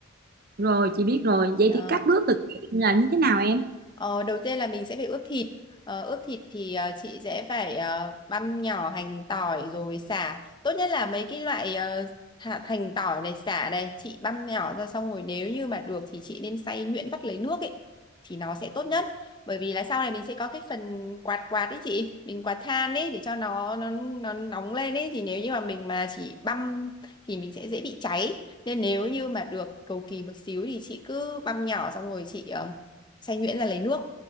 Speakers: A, on the right (about 45°); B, on the left (about 20°).
A: Rồi chị biết rồi. Vậy
B: Đó,
A: thì các bước thực hiện là như thế nào em?
B: Ờ, đầu tiên là mình sẽ phải ướp thịt. Ờ, ướp thịt thì ờ, chị sẽ phải ờ, băm nhỏ hành tỏi rồi sả. Tốt nhất là mấy cái loại ờ, hạt hành tỏi này sả này chị băm nhỏ ra xong rồi nếu như mà được thì chị nên xay nhuyễn vắt lấy nước ấy thì nó sẽ tốt nhất. Bởi vì là sau này mình sẽ có cái phần quạt quạt ấy chị, mình quạt than ấy để cho nó nó nó nóng lên ấy thì nếu như mà mình mà chỉ băm thì mình sẽ dễ bị cháy. Nên nếu như mà được cầu kỳ một xíu thì chị cứ băm nhỏ xong rồi chị ờ, xay nhuyễn ra lấy nước